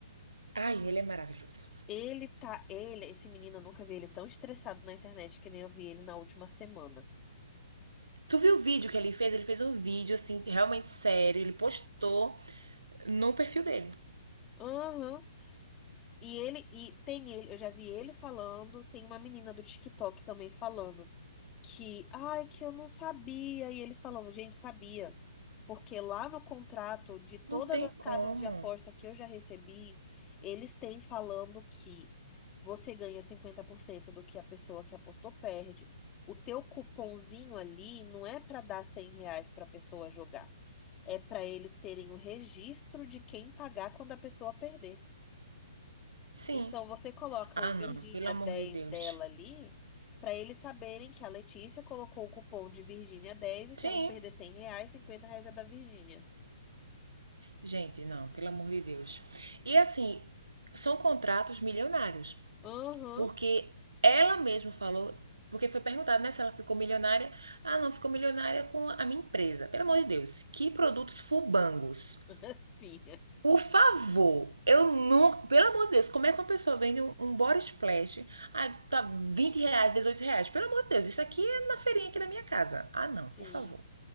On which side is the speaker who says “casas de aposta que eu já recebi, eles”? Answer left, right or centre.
Left